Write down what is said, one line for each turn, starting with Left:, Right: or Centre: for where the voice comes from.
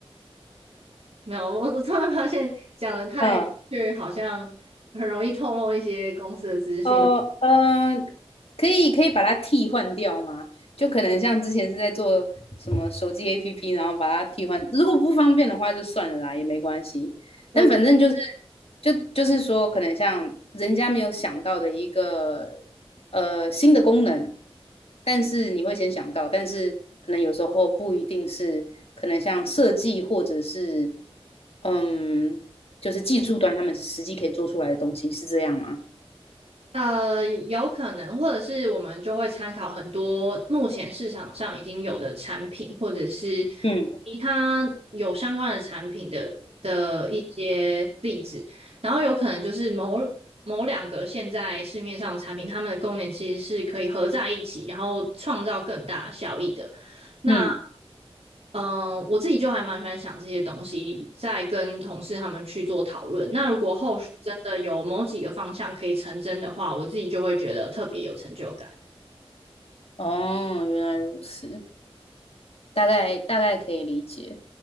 Right: 没有，我我突然发现讲的太明确，
Left: 嗯
Right: 好像很容易透露一些公司的资讯。
Left: 呃嗯、可以可以把它替换掉吗？就可能像之前是在做什么手机 APP，然后把它替换，如果不方便的话就算了啦，也没关系。
Right: 我
Left: 但反正就是就就是说，可能像人家没有想到的一个呃新的功能，但是你会先想到，但是可能有时候不一定是可能像设计或者是嗯，就是技术端他们是实际可以做出来的东西，是这样吗？
Right: 呃，有可能，或者是我们就会参考很多目前市场上已经有的产品，或者是
Left: 嗯。
Right: 其他有相关的产品的的一些例子，然后有可能就是某某两个现在市面上的产品，它们的功能其实是可以合在一起，然后创造更大的效益的。那
Left: 嗯，
Right: 嗯，呃我自己就还蛮喜欢想这些东西，再跟同事他们去做讨论。那如果后续真的有某几个方向可以成真的话，我自己就会觉得特别有成就感。
Left: 哦，原来如此，大概大概可以理解。